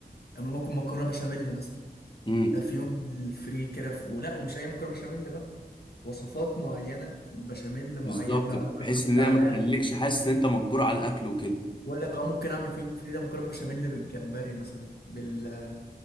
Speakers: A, on the left (about 70°); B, on the left (about 30°).
A: اما ممكن مكرونه بشاميل مثلا
B: امم
A: ده في يوم الفري كده في... ولا ومش اي مكرونه بشاميل بقى وصفات معينه بشاميل معين
B: بالظبط
A: بقى ممكن
B: بحيث
A: احط
B: ان
A: عليها
B: هي ما تخليكش حاسس ان انت مجبور على الاكل وكده
A: بقول لك اه ممكن اعمل في يوم الفري ده مكرونه بشاميل بالجمبري مثلا بالسي